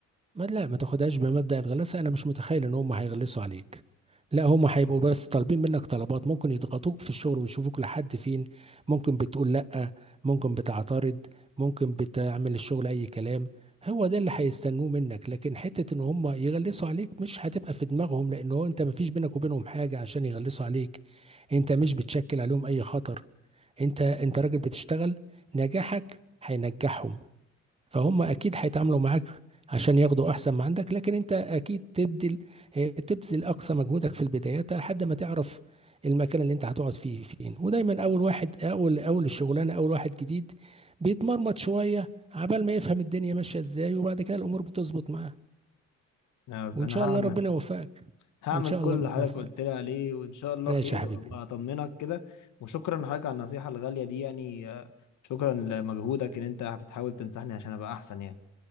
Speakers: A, on the right; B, on the left.
A: ما لا ما تاخدهاش بمبدأ الغلاسة انا مش متخيل ان هم هيغلسوا عليك لا هم هيبقوا بس طالبين منك طلبات ممكن يضغطوك في الشغل ويشوفوك لحد فين ممكن بتقول لا ممكن بتعترض ممكن بتعمل الشغل اي كلام هو ده اللي هيستنوه منك لكن حتة ان هم يغلسوا عليك مش هتبقى في دماغهم لان هو انت ما فيش بينك وبينهم حاجة عشان يغلسوا عليك انت مش بتشكل عليهم اي خطر انت انت راجل بتشتغل نجاحك هينجحهم فهم اكيد هيتعاملوا معاك عشان ياخدوا احسن ما عندك لكن انت اكيد تبذل آه، تبذل اقصى مجهودك في البدايات لحد ما تعرف المكان اللي انت هتقعد فيه فين ودايما اول واحد اول اول الشغلانه اول واحد جديد بيتمرمط شويه عبال ما يفهم الدنيا ماشيه ازاي وبعد كده الامور بتظبط معاه
B: آه،
A: وان
B: انا
A: شاء
B: هعمل
A: الله ربنا يوفقك
B: هعمل
A: ان شاء
B: كل
A: الله
B: اللي
A: ربنا
B: حضرتك
A: يوفقك
B: قلت لي عليه وان شاء الله
A: ماشي
B: خير
A: يا حبيبي
B: وابقى اطمنك كده وشكرا لحضرتك على النصيحة الغالية دي يعني آه، شكرا لمجهودك ان انت بتحاول تنصحني عشان ابقى احسن يعني